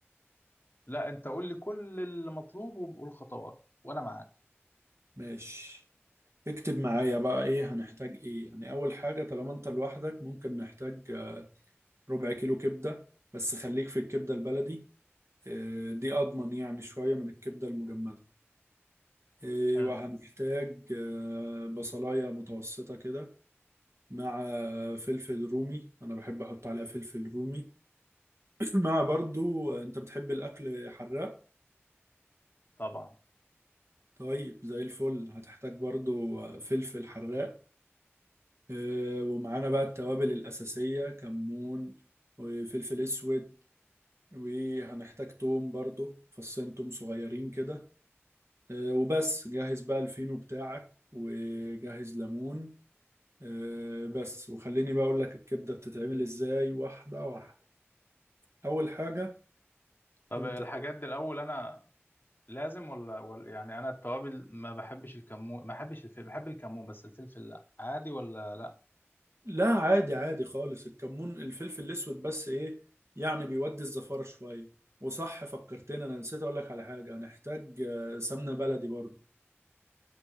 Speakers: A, on the left; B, on the right.
A: لا انت قول لي كل اللي مطلوب والخطوات وانا معاك
B: ماشي اكتب معايا بقى ايه هنحتاج ايه يعني اول حاجة طالما انت لوحدك ممكن نحتاج آه، ربع كيلو كبدة بس خليك في الكبدة البلدي آه، دي اضمن يعني شوية من الكبدة المجمدة إيه،
A: حلو
B: وهنحتاج آه، بصلاية متوسطة كده مع فلفل رومي أنا بحب أحط عليها فلفل رومي <clears throat> مع برضو آه، أنت بتحب الأكل حراق
A: طبعا
B: طيب زي الفل هتحتاج برضو آه، فلفل حراق آه، ومعانا بقى التوابل الأساسية كمون وفلفل أسود وهنحتاج توم برضو فصين توم صغيرين كده آه، وبس جهز بقى الفينو بتاعك وجهز ليمون آه، بس وخليني بقى اقول لك الكبده بتتعمل ازاي واحده واحده اول حاجه
A: طب
B: انت
A: الحاجات دي الاول انا لازم ولا ولا يعني انا التوابل ما بحبش الكمون ما بحبش الفلفل بحب الكمون بس الفلفل لا عادي ولا لا
B: لا عادي عادي خالص الكمون الفلفل الاسود بس ايه يعني بيودي الزفاره شويه وصح فكرتني انا نسيت اقول لك على حاجه هنحتاج آه، سمنه بلدي برضو